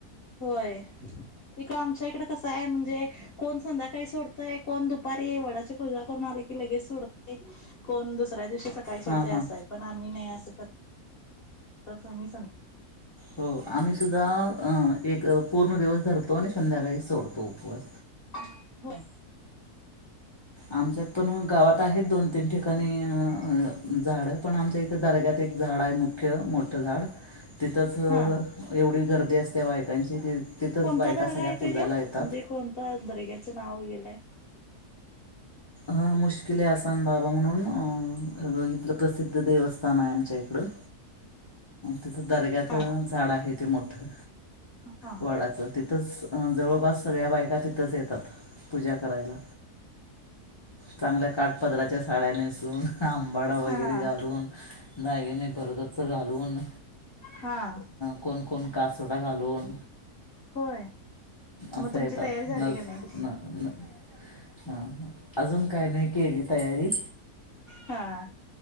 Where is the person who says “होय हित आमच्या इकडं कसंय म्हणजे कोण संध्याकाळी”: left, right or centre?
Left